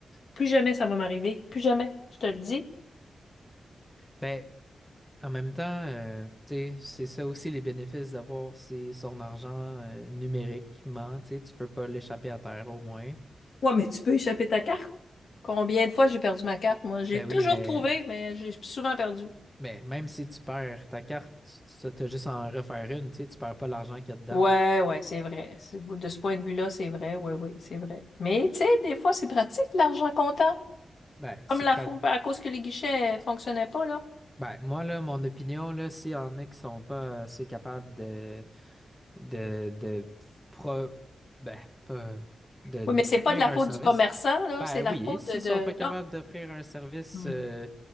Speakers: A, on the left; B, in the centre.
A: Plus jamais ça va m'arriver. Plus jamais, je te le dis.
B: Ben, en même temps, euh, tu sais, c'est ça aussi les bénéfices d'avoir ses- son argent, euh, numériquement, tu sais, tu peux pas l'échapper à terre, au moins.
A: Ouais, mais tu peux échapper ta carte. Combien de fois j'ai perdu ma carte, moi? J'ai
B: Ben oui,
A: toujours
B: mais
A: trouvé, mais j'ai souvent perdu.
B: Mais même si tu perds ta carte, tu as juste à en refaire une, tu sais, tu perds pas l'argent qu'il y a dedans.
A: Ouais, ouais, c'est vrai. C'est- De ce point de vue-là, c'est vrai. Oui, oui, c'est vrai. Mais tu sais, des fois, c'est pratique l'argent comptant.
B: Ben,
A: Comme
B: c'est
A: la
B: prêt.
A: faute à cause que les guichets euh, fonctionnaient pas, là.
B: Ben, moi, là, mon opinion, là, s'il y en a qui sont pas assez capables de, de, de, pro, ben, pas, de,
A: Oui,
B: d'offrir
A: mais c'est pas de la
B: un
A: faute
B: service,
A: du commerçant, là.
B: ben
A: C'est la
B: oui,
A: faute
B: s'ils
A: de, de-
B: sont pas capables
A: Non.
B: d'offrir un service
A: Hmm.
B: euh,